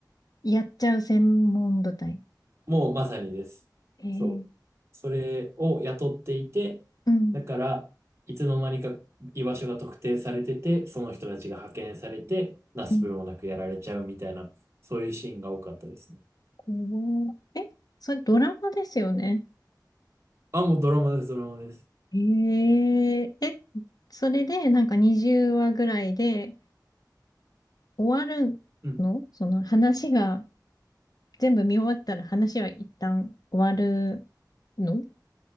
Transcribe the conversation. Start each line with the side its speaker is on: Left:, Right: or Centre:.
Left: やっちゃう専門部隊。
Right: もうまさにです。
Left: ええ
Right: そう。それを雇っていて、
Left: うん、
Right: だから、いつの間にか居場所が特定されてて、その人たちが派遣されて、なすすべもなくやられちゃうみたいな、
Left: うん、
Right: そういうシーンが多かったですね。
Left: 怖っえ、それドラマですよね
Right: あ、もうドラマです、ドラマです。
Left: へえ、え、それでなんか20話ぐらいで終わるのその話が
Right: うん。
Left: 全部見終わったら話は一旦終わるの